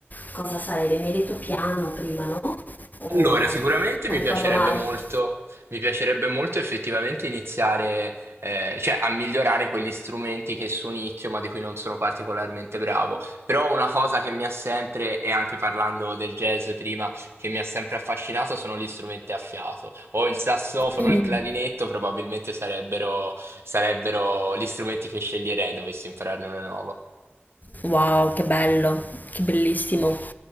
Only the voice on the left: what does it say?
cosa sarebbe? Mi hai detto piano prima, no? O,
o
ricordo
male?
Mhm.
Wow, che bello, che bellissimo.